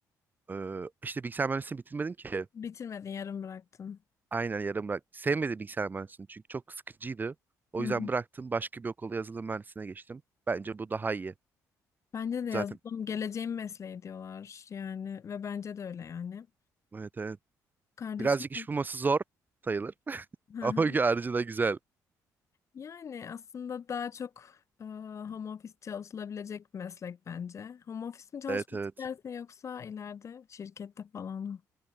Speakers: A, on the right; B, on the left.
A: Ee, işte bilgisayar mühendisliğini bitirmedim ki.
B: Bitirmedin, yarım bıraktın.
A: Aynen yarım bırak. Sevmedim bilgisayar mühendisliğini çünkü çok sıkıcıydı. O
B: Hı
A: yüzden
B: hı.
A: bıraktım. Başka bir okula yazılım mühendisliğine geçtim. Bence bu daha iyi.
B: Bence de
A: Zaten
B: yazılım geleceğin mesleği diyorlar yani ve bence de öyle yani.
A: evet evet.
B: Kardeşim
A: Birazcık iş bulması zor sayılır. <laughs>
B: Hı
A: Ama
B: hı.
A: harcı da güzel.
B: yani aslında daha çok e, home office çalışılabilecek bir meslek bence. Home office mi çalışmak
A: Evet evet.
B: istersin yoksa ileride şirkette falan mı?